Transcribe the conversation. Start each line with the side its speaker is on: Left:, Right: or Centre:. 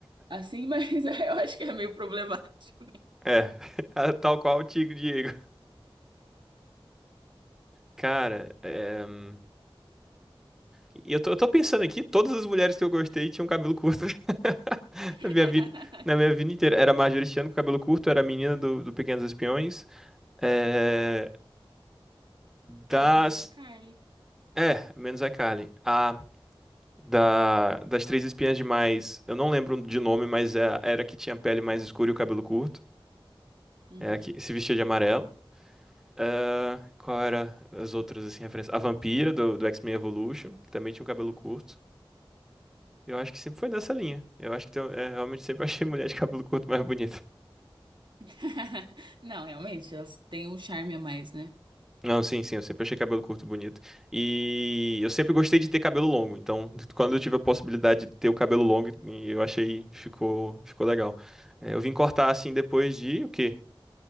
Right: assim, mas <laughs> eu acho que é meio problemático.
Centre: É, <laughs> a- tal qual o Tigre Diego. Cara, é... hum, e eu tô, eu tô pensando aqui, todas as mulheres que eu gostei tinham cabelo curto. <laughs>
Right: <laughs>
Centre: Na minha vida, na minha vida inteira. Era a Marjorie Chan com cabelo curto, era a menina do, do Pequenos Espiões. É, das.
Right: Ah, menos iCarly.
Centre: É, menos a Carly. A da, das três espiãs demais. Eu não lembro de nome, mas é- era a que tinha a pele mais escura e o cabelo curto.
Right: Uhum.
Centre: É a que se vestia de amarelo. É, qual era as outras, assim, referências? A vampira do, do X-Men Evolution, que também tinha um cabelo curto. Eu acho que sempre foi nessa linha. Eu acho que tem- é, realmente sempre <laughs> achei mulher de cabelo curto mais bonita.
Right: <laughs> Não, realmente, elas têm um charme a mais, né?
Centre: Não, sim, sim, eu sempre achei cabelo curto bonito. E eu sempre gostei de ter cabelo longo, então quando eu tive a possibilidade de ter o cabelo longo, eu achei ficou ficou legal. É, eu vim cortar assim depois de o quê?